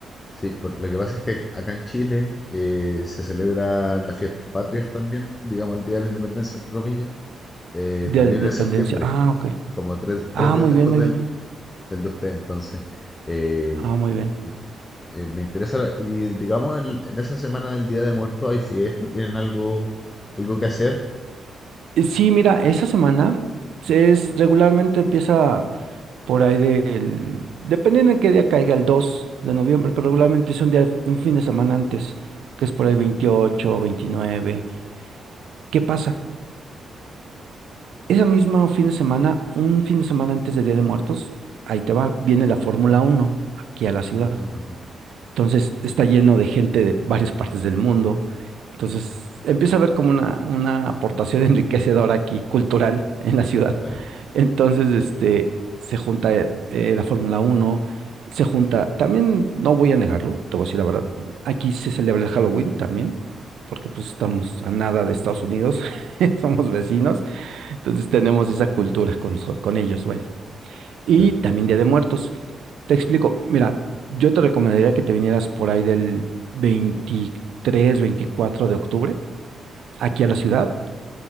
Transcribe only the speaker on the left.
sí, por- lo que pasa es que acá en Chile eh, se celebran las fiestas patrias también, digamos el Día de la Independencia, entre comillas, eh,
también
en septiembre,
como tres,
tres días
después
del,
del de usted. Entonces, eh,
y, eh, me interesa, la- y digamos en, en esa semana del Día de Muertos hay fiesta, tienen algo, algo que hacer.
Ah,
claro.
Claro,